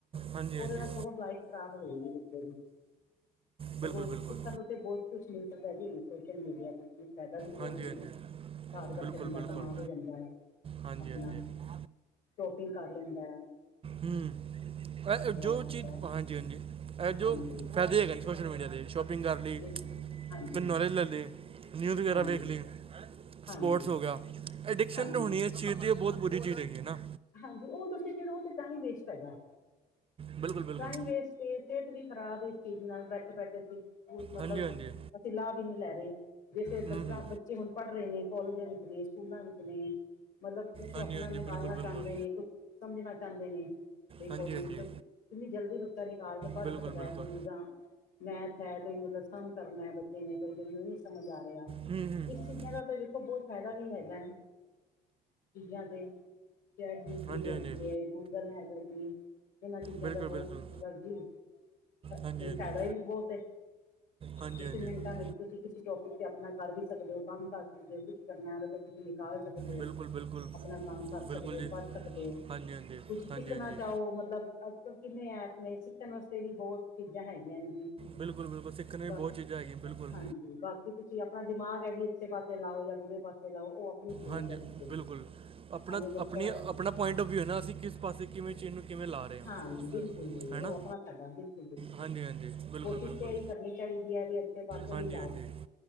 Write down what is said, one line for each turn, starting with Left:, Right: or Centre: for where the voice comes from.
Right: ਹਾਂਜੀ
Left: ਬੋਲਨਾ
Right: ਹਾਂਜੀ
Left: ਸਗੋ ਸਗਾਈ ਖਰਾਬ ਹੋਏਗੀ ਬੱਚੇ ਦੀ
Right: ਬਿਲਕੁਲ
Left: ਦੇਖੋ
Right: ਬਿਲਕੁਲ
Left: ਸਿੱਖਾਂ ਨੂੰ ਅਤੇ ਬਹੁਤ ਕੁਛ ਮਿਲ ਸਕਦਾ ਜੀ ਸੋਸ਼ਲ ਮੀਡੀਆ ਦੇ ਫਾਇਦਾ ਵੀ ਬਹੁਤ
Right: ਹਾਂਜੀ
Left: ਹੈ
Right: ਹਾਂਜੀ
Left: ਜੀ ਘਰ ਬੈਠੇ
Right: ਬਿਲਕੁਲ
Left: ਬੰਦਾ
Right: ਬਿਲਕੁਲ
Left: ਕਮਾ ਕੇ ਦਿੰਦਾ ਏ
Right: ਹਾਂਜੀ
Left: ਆਪਨਾ
Right: ਹਾਂਜੀ
Left: ਸ਼ੋਪਿੰਗ ਕਰ ਲੈਂਂਦਾ
Right: ਹੁ ਜੋ
Left: ਸਕਦਾ
Right: ਚੀਜ਼
Left: ਹੈ
Right: ਹਾਂਜੀ ਹਾਂਜੀ ਇਹ
Left: ਹਾਂਜੀ
Right: ਜੋ ਫਾਇਦੇ ਹੈਗੇ ਨੇ ਸੋਸ਼ਲ ਮੀਡੀਆ ਦੇ ਕਰ ਲਈ
Left: ਬਿਲਕੁਲ ਹਾਂਜੀ
Right: ਨੌਲੈਜ ਲੈ ਲਈ ਨਿਊਜ਼ ਵਗੈਰਾ
Left: ਹਾਂਜੀ
Right: ਵੇਖ ਲਈ
Left: ਹਾਂਜੀ
Right: ਸਪੋਰਟਸ ਹੋ ਗਿਆ ਏਡਿਕਸ਼ਨ
Left: ਹਾਂਜੀ
Right: ਹੋਣੀ
Left: ਸਰ
Right: ਏਸ ਚੀਜ਼ ਦੀ ਉਹ ਬਹੁਤ ਬੁਰੀ ਚੀਜ਼ ਹੈਗੀ ਹੈ ਨਾ
Left: ਹਾਂਜੀ ਉਹ ਤੁਸੀਂ ਤੇ ਫਿਰ ਉਹ ਤੇ ਟਾਈਮ ਵੇਸਟ ਹੈਗਾ
Right: ਬਿਲਕੁਲ ਬਿਲਕੁਲ
Left: ਟਾਈਮ ਵੇਸਟ ਤੇ ਸਿਹਤ ਵੀ ਖ਼ਰਾਬ ਇਸ ਚੀਜ਼ ਨਾਲ ਬੈਠੇ ਬੈਠੇ ਸੀ ਮਤਲਬ
Right: ਹਾਂਜੀ ਹਾਂਜੀ
Left: ਅਸੀਂ ਲਾਹ ਵੀ ਨਹੀਂ ਲੈ ਰਹੇ ਜੇਸੇ
Right: ਹੂੰ
Left: ਬਚ
Right: ਹੂੰ
Left: ਬੱਚੇ ਹੁਣ ਪੜ੍ਹ ਰਹੇ ਨੇ ਕਾੱਲੇਜਾਂ ਵਿੱਚ ਨੇ ਸਕੂਲਾਂ ਵਿੱਚ ਨੇ ਮਤਲਬ ਕੁਛ
Right: ਹਾਂਜੀ
Left: ਅਪਨਾ
Right: ਹਾਂਜੀ
Left: ਨਿਕਾਲਨਾ
Right: ਬਿਲਕੁਲ ਬਿਲਕੁਲ
Left: ਚਾਹੁੰਦੇ ਨੇ ਕੁ ਸਮਝਣਾ ਚਾਹਦੇ ਨੇ ਵੀ ਕੋਈ
Right: ਹਾਂਜੀ ਹਾਂਜੀ
Left: ਬ ਕਿੰਨੀ ਜਲਦੀ ਬੱਚਾ ਨਿਕਾਲ ਕੇ ਪੜ੍ਹ
Right: ਬਿਲਕੁਲ
Left: ਸਕਦਾ
Right: ਬਿਲਕੁਲ
Left: ਏ ਕੋਈ ਮੈਥ ਹੈ ਕੋਈ ਮਤਲਬ ਕੰਮ ਕਰਨਾ ਬੱਚੇ ਨੇ ਕੋਈ ਜ ਸਮਝ ਆ ਰਿਹਾ
Right: ਹੂੰ ਹੂੰ
Left: ਇਸ ਚੀਜ਼ਾਂ ਦਾ ਤੇ ਬਹੁਤ ਫਾਇਦਾ ਵੀ ਹੈਗਾ ਚੀਜ਼ਾਂ ਤੇ ਚੈਟ ਜੀ ਪੀ ਟੀ
Right: ਹਾਂਜੀ
Left: ਹੈਗੀ
Right: ਹਾਂਜੀ
Left: ਏ ਗੂਗਲ ਹੈਗਾ ਜੀ ਇਹਨਾਂ ਚੀਜ਼ਾਂ
Right: ਬਿਲਕੁਲ
Left: ਤਾਂ ਬਹੁਤ
Right: ਬਿਲਕੁਲ
Left: ਅੱਛ ਲ ਜੀ <unintelligible> ਫਾਇਦਾ
Right: ਹਾਂਜੀ ਹਾਂਜੀ
Left: ਵੀ ਬਹੁਤ ਏ
Right: ਹਾਂਜੀ
Left: ਤੁਸੀਂ
Right: ਹਾਂਜੀ
Left: ਮਿੰਟਾਂ ਚ ਤੁਸੀਂ ਕਿਸੇ ਟੋਪਿਕ ਤੇ ਅਪਨਾ ਕਰ ਵੀ ਸਕਦੇ ਹੋ ਕੰਮ ਕਰ ਸਕਦੇ ਹੋ ਕਰਨਾ ਤੇ ਤੁਸੀਂ ਨਿਕਾਲ ਸਕਦੇ ਹੋ
Right: ਬਿਲਕੁਲ ਬਿਲਕੁਲ
Left: ਆਪਣਾ ਕੰਮ ਕਰ
Right: ਬਿਲਕੁਲ
Left: ਸਕਦੇ ਹੋ
Right: ਜੀ
Left: ਪੜ ਸਕਦੇ ਹੋ
Right: ਹਾਂਜੀ ਹਾਂਜੀ
Left: ਕੁਛ
Right: ਹਾਂਜੀ
Left: ਸਿੱਖਨਾ
Right: ਹਾਂਜੀ
Left: ਚਾਹੋ ਮਤਲਬ ਅੱਜਕਲ ਕਿੰਨੇ ਐਪ ਨੇ ਸਿੱਖਣ ਵਾਸਤੇ ਵੀ ਬਹੁਤ ਚੀਜ਼ਾਂ ਹੈਗੀਆਂ ਨੇ ਜੀ
Right: ਬਿਲਕੁਲ ਬਿਲਕੁਲ ਸਿੱਖਣ ਨੂੰ
Left: ਦੱਸ
Right: ਵੀ ਬਹੁਤ ਚੀਜ਼ਾਂ ਹੈਗੀਆਂ ਬਿਲਕੁਲ
Left: ਹਾਂਜੀ ਬਾਕ ਤੁਸੀਂ ਆਪਣਾ ਦਿਮਾਗ ਹੈ ਵੀ ਅੱਛੇ ਪਾਸੇ ਲਾਓ ਜਾਂ ਬੁਰੇ ਪਾਸੇ ਲਓ ਉਹ ਆਪਣੀ ਸੋਚ
Right: ਹਾਂਜੀ
Left: ਹੈ ਬੱਚੇ ਦੀ
Right: ਬਿਲਕੁਲ ਆਪਣਾ
Left: ਭਾਵੇਂ ਬੱਚਾ
Right: ਆਪਣੀ
Left: ਹੈ
Right: ਆਪਣਾ ਪੁਆਇੰਟ ਆਫ ਵਿਊ ਏ ਨਾ ਅਸੀਂ ਕਿਸ ਪਾਸੇ ਕਿਵੇਂ ਚੀਜ਼ ਨੂੰ ਕਿਵੇਂ ਲਾ ਰਹੇ ਹਾਂ
Left: ਹਾਂਜੀ, ਬਿਲਕੁਲ ਜੀ ਉਹ
Right: ਹੈ ਨਾ
Left: ਆਪਣਾ ਫੈਦਾ ਬਿਲਕੁਲ ਬਿਲਕੁਲ
Right: ਹਾਂਜੀ ਹਾਂਜੀ ਬਿਲਕੁਲ
Left: ਕੋਸ਼ਿਸ਼
Right: ਬਿਲਕੁਲ
Left: ਤੇ ਹੀ ਕਰਨੀ ਚਾਹੀਦੀ ਹੈ ਵੀ ਅੱਛੇ ਪਾਸੇ
Right: ਹਾਂਜੀ
Left: ਹੀ ਲਾਓ
Right: ਹਾਂਜੀ